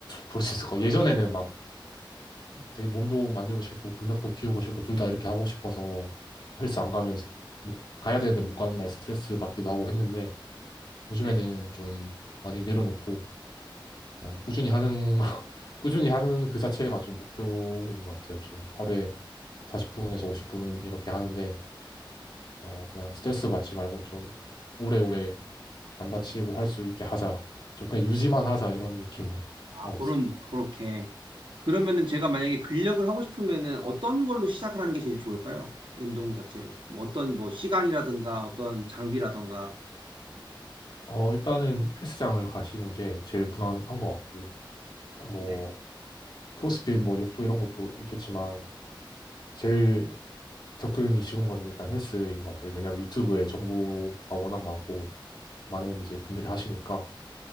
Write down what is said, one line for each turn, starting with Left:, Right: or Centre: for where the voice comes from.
Left: 볼 수 있을 것 같아요.
Right: 아,
Left: 예전에는
Right: 그래요?
Left: 막 되게 몸도 만들고 싶고 근력도 키우고 싶고 둘 다 이렇게 하고 싶어서 헬스 안 가면 못- 가야 되는데 못 가는 날 스트레스 받기도 하고 했는데 요즘에는
Right: 네.
Left: 좀 많이 내려놓고 그냥 꾸준히 하는 <laughs> 꾸준히 하는 그 자체가 좀 목표인 것 같아요. 좀 하루에 40분에서 50분 이렇게 하는데, 어, 그냥 스트레스 받지 말고 좀 오래오래 안 다치고 할 수 있게 하자. 좀 그냥 유지만 하자 이런 느낌으로
Right: 아,
Left: 하고
Right: 그런,
Left: 있어요.
Right: 그렇게. 그러면은 제가 만약에 근력을 하고 싶으면은 어떤 걸로 시작을 하는 게 제일 좋을까요? 운동 자체를. 뭐 어떤 뭐 시간이라든가 어떤 장비라든가.
Left: 어, 일단은 헬스장을 가시는 게 제일 무난한 것 같고, 뭐,
Right: 네,
Left: 크로스핏, 뭐, 욕도 이런 것도 있겠지만, 제일 접근이 쉬운 거는 일단 헬스인 것 같아요. 왜냐면 유튜브에 정보가 워낙 많고, 많은 이제 분들이 하시니까,